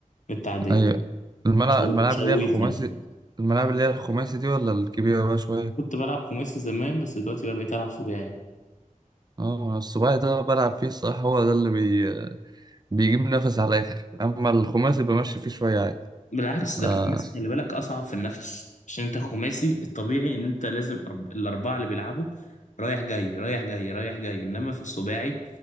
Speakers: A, on the left; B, on the right.
A: في التعديه
B: أيوة الملعب
A: مش غو-
B: الملاعب
A: مش
B: اللي
A: غويط
B: هي الخماسي
A: نفسي
B: الملاعب اللي هي الخماسي دي ولا الكبيرة بقى شوية؟
A: كنت بلعب خماسي زمان بس دلوقتي بقى بقيت العب سباعي
B: اه السباعي ده بلعب فيه الصراحة هو ده اللي بي... بيجيب نفس على الآخر أما الخماسي بمشي فيه شوية عادي
A: بالعكس ده
B: آه.
A: الخماسي خلي بالك اصعب في النفس عشان انت الخماسي الطبيعي ان انت لازم أرب... الاربعه اللي بيلعبوا رايح جاي رايح جاي رايح جاي انما في السباعي